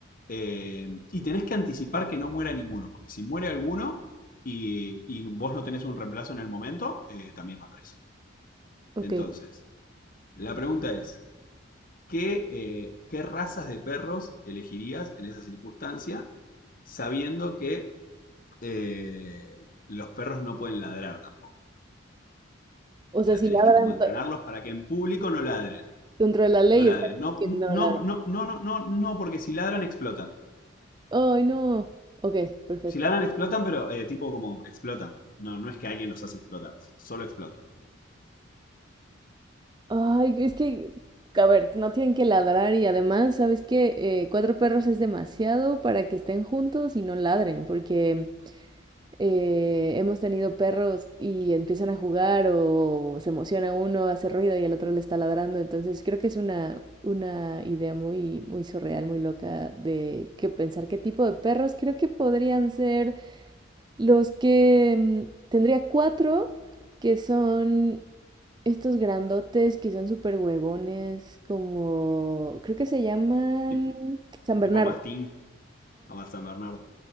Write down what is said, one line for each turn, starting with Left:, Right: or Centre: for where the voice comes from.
Left: Eh, y tenés que anticipar que no muera ninguno, porque si muere alguno y, y vos no tenés un reemplazo en el momento, eh, también vas preso.
Right: ok.
Left: Entonces, la pregunta es, ¿Qué, eh, ¿Qué razas de perros elegirías en esa circunstancia, sabiendo que eh, los perros no pueden ladrar tampoco?
Right: O
Left: O
Right: sea,
Left: sea,
Right: si
Left: tenés
Right: ladran
Left: que como entrenarlos
Right: to-
Left: para que en público no ladren.
Right: dentro de la ley
Left: No ladren.
Right: está
Left: No,
Right: que
Left: no,
Right: no
Left: no,
Right: ladran.
Left: no, no, no, no, porque si ladran explotan.
Right: Ay, no. Ok, perfecto.
Left: Si ladran explotan, pero eh, tipo como explotan. No, no es que alguien los hace explotar, solo explotan.
Right: Ay, es que, a ver, no tienen que ladrar y además, ¿sabes qué? Eh, cuatro perros es demasiado para que estén juntos y no ladren, porque eh, hemos tenido perros y empiezan a jugar o se emociona uno, hace ruido y el otro le está ladrando, entonces creo que es una, una idea muy, muy surreal, muy loca de que pensar qué tipo de perros creo que podrían ser los que mm, tendría cuatro que son estos grandotes que son súper huevones, como creo que se llaman
Left: Tip-
Right: San Bernardo
Left: Tipo Mastín o San Bernardo.